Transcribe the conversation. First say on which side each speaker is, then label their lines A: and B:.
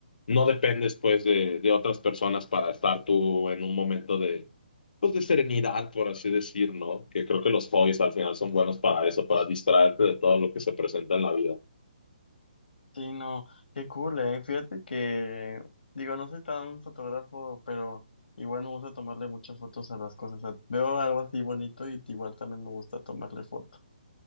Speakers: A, on the left; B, on the left.
A: no dependes pues de, de otras personas para estar tú en un momento de, pues de serenidad, por así decir, ¿no? Que creo que los hobbies al final son buenos para eso, para distraerte de todo lo que se presenta en la vida.
B: Sí, no, qué cool, eh. Fíjate que, digo, no soy tan fotógrafo, pero igual me gusta tomarle muchas fotos a las cosas. O sea, veo algo así bonito y igual también me gusta tomarle foto.